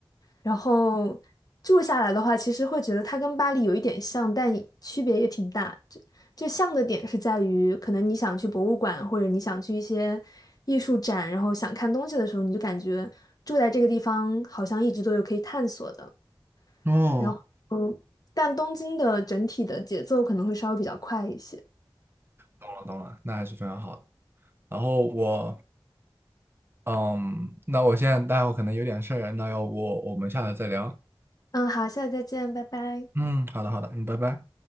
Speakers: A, on the left; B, on the right.
A: 然后住下来的话，其实会觉得它跟巴黎有一点像，但区别也挺大。就就像的点是在于，可能你想去博物馆，或者你想去一些艺术展，然后想看东西的时候，你就感觉住在这个地方好像一直都有可以探索的。
B: 哦，
A: 然后，嗯，但东京的整体的节奏可能会稍微比较快一些。
B: 懂了懂了，那还是非常好的。然后我，嗯，那我现在待会可能有点事儿，那要不我们下来再聊？
A: 嗯，好，下次再见，拜拜。
B: 嗯，好的好的，嗯，拜拜。